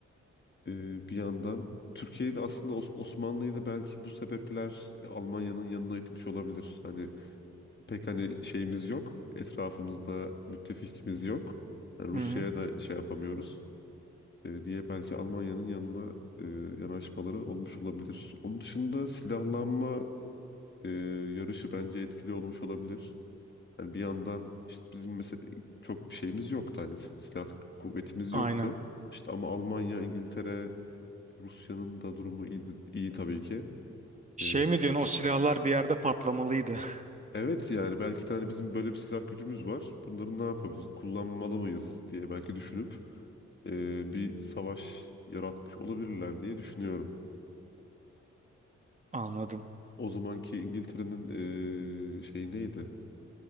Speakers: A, on the left; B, on the right.
A: E, bir yandan Türkiye'de aslında Os- Osmanlı'yı da belki bu sebepler Almanya'nın yanına itmiş olabilir. Hani pek hani şeyimiz yok. Etrafımızda müttefikimiz yok. Yani Rusya'ya
B: Hı hı.
A: da şey yapamıyoruz e, diye belki Almanya'nın yanına e, yanaşmaları olmuş olabilir. Onun dışında silahlanma e, yarışı bence etkili olmuş olabilir. Yani bir yandan işte bizim mesela çok bir şeyimiz yoktu hani s- silah kuvvetimiz
B: Aynen.
A: yoktu. İşte ama Almanya, İngiltere, Rusya'nın da durumu iyi, iyi tabii ki.
B: Şey
A: E,
B: mi diyorsun o silahlar bir yerde patlamalıydı.
A: Evet yani belki tane bizim böyle bir silah gücümüz var. Bunları ne yapabiliriz? Kullanmalı mıyız diye belki düşünüp e, bir savaş yaratmış olabilirler diye düşünüyorum.
B: <laughs> Anladım.
A: O zamanki İngiltere'nin e, şeyi neydi?